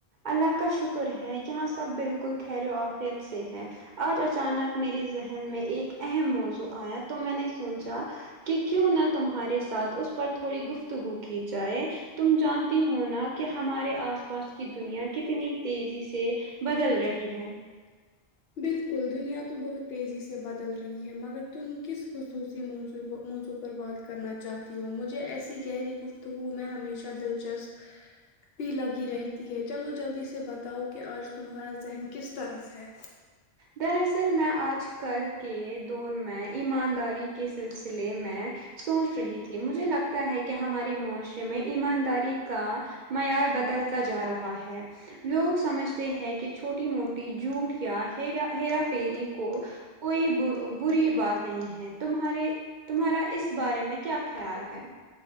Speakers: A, on the right; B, on the left.
A: اللہ کا شکر ہے یہاں سب بالکل خیر و آفیت سے ہے آج اچانک میرے ذہن میں ایک اہم موضوع آیا تو میں نے سوچا کہ کیوں نہ تمہارے ساتھ اس پر تھوڑی گفتگو کی جائے تم جانتی ہو نا کہ ہمارے آس پاس کی دنیا کتنی تیزی سے بدل رہی ہے
B: بالکل دنیا تو بہت تیزی سے بدل رہی ہے مگر تم کس خصوصی موضوع کو موضوع پر بات کرنا چاہتی ہوں مجھے ایسی گہری گفتگو میں ہمیشہ دلچسپ پ لگی رہتی ہے چلو جلدی سے بتاؤ کہ آج تمہارا ذہن کس طرف ہے
A: دراصل میں آج کل کے دور میں ایمانداری کے سلسلے میں سوچ رہی تھی مجھے لگتا ہے کہ ہمارے معاشرے میں ایمانداری کا معیار بدلتا جا رہا ہے لوگ سمجھتے ہیں کہ چھوٹی موٹی جوٹ یا ہا ہیرافیری کو کوئی بری بات نہیں ہے تمہارے تمہارا اس بارے میں کیا خیال ہے